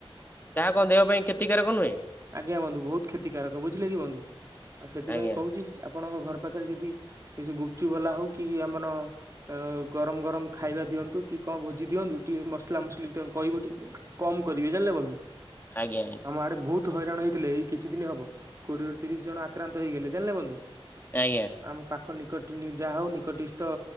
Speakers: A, on the left; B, on the right.
A: ତାହା କଣ ଦେହ ପାଇଁ କ୍ଷତିକାରକ ନୁହେଁ।
B: ଆଜ୍ଞା ବନ୍ଧୁ ବହୁତ କ୍ଷତିକାରକ ବୁଝିଲେ କି ବନ୍ଧୁ ଆଉ ସେଥିପାଇଁ
A: ଆଜ୍ଞା
B: କହୁଛି ଆପଣଙ୍କ ଘର ପାଖରେ ଯଦି କିଛି ଗୁପଚୁପ୍ ବାଲା ହଉ କି ଆମନ ଅ ଗରମ ଗରମ ଖାଇବା ଦିଅନ୍ତୁ କି କଣ ଭୋଜି ଦିଅନ୍ତୁ ଟିକେ ମସଲା ମୁସଲି ତାଙ୍କୁ କହିବଟି। କମ କରିବେ ଜାଣିଲେ ବନ୍ଧୁ
A: ଆଜ୍ଞା
B: ଆମ ଆଡେ ବହୁତ ହଇରାଣ ହେଇଥିଲେ ଏଇ କିଛି ଦିନ ହବ କୋଡିଏରୁ ତିରିଶ ଜଣ ଆକ୍ରାନ୍ତ ହେଇଗଲେ ଜାଣିଲେ ବନ୍ଧୁ।
A: ଆଜ୍ଞା‌
B: ଆମ ପାଖ ନିକଟ ଯାହା ହଉ ନିକଟିସ୍ଥ